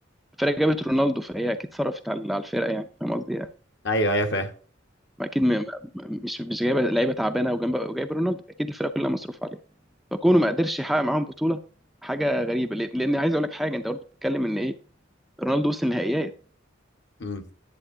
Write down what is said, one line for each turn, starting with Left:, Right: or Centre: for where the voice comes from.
Centre: فرقة جابت رونالدو فهي أكيد صرفت على على الفرقة يعني فاهم قصدي
Left: ايوه ايوه فاهم
Centre: ما اكيد م... م- مش مش جايبه لعيبه تعبانه وجنب وجايب رونالدو اكيد الفرقه كلها مصروف عليها فكونه ما قدرش يحقق معاهم بطوله حاجه غريبه لأ- لان عايز اقول لك حاجه انت برضه بتتكلم ان ايه رونالدو وصل النهائيات
Left: امم